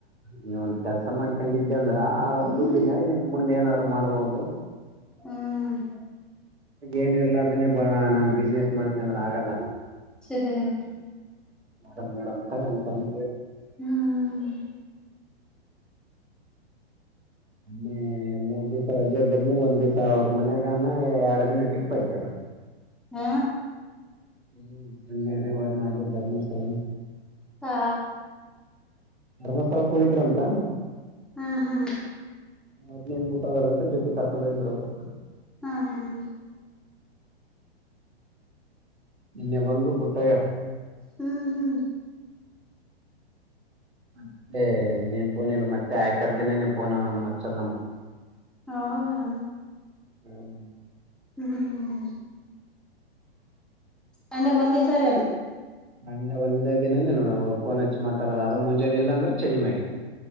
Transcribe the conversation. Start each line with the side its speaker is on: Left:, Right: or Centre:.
Right: ನೀ ಒಂದು ಕೆಲಸ ಮಾಡಕೊಂಡಿದ್ದಿ ಡ್ಂದ್ರ ಆ
Centre: ಹ್ಮ್
Right: ದುಡ್ಡಿನಾಗ ನಿನ್ ಮುಂದೆ ಏನಾದ್ರು ಮಾಡ್ಬಹದು
Centre: ಹ್ಮ್
Right: ಏನ್ ಇರ್ಲಾರ್ದನೆ ಬಾ ನಾನ್ ಬಿಸ್ನೆಸ್ ಮಾಡ್ತನಿ ಅಂದ್ರೆ ಆಗಲ್ಲ
Centre: ಚ ಹಾಹಾ
Right: ಮಾಡಮ ನೋಡಮ ತೊಗೊ ಅಂತನ್
Centre: ಹ್ಮ
Right: ಮ ಮೂರ್ ದಿವಸ ರಜೆ ಇದ್ದರೇನು ಒಂದ್ ದಿವಸ್ ಅವ್ರ ಮನ್ಯಗಾನ ಎರಡು ದಿನ ಟ್ರಿಪ್ ಆಕ್ಯಾನ್
Centre: ಹ್ಮ
Right: ಹ್ಮ ಶೃಂಗೇರಿ ವರನಾಡು ಧರ್ಮಸ್ಥಳ
Centre: ಹಾ
Right: ಧರ್ಮಸ್ಥಳಕ್ಕೆ ಹೋಗಿದ್ರಂತ
Centre: ಹ್ಮ ಹಾ
Right: ಹದನೇಂಗ್ ಬಿಟ್ಟದಂತ ಜೊತೆ ಕರ್ಕೊಂಡ್ ಹೋಗಿದ್ರು ಅವ್ರು
Centre: ಹಾ ಹಾ ಹಾ
Right: ನಿನ್ನೆ ಬಂದು ಬುಟ್ಟ ಹೊಗ್ಯಾರ
Centre: ಹ್ಮ್ ಹ್ಮ್
Right: ಮತ್ತೆ ನೀನ್ ಪೋನ್ ಇಲ್ಲ ಮತ್ತೆ ಆಯ್ತರದಿನೇನೆ ಪಫೋನ್ಚ್ಚಂದ ನಮ್ಮ ಗ್
Centre: ಹೌದಾ
Right: ಹ್ಮ್
Centre: ಹ್ಮ್ ಹ್ಮ್ ಸಂಡೆಗೆ ಒಂದೆಸಾರಿನ
Right: ಸಂಡೇ ಒಂದೇ ದಿನಾನೇ ನೋಡ ಅವ್ರು ಫೋನ್ ಹಚ್ಚಿ ಮಾತಾಡೋದು ಅದು ಮುಂಜಾನೆ ಇಲ್ಲ ಅಂದ್ರೆ ಚೇಂಜ್ ಮಾಡಿ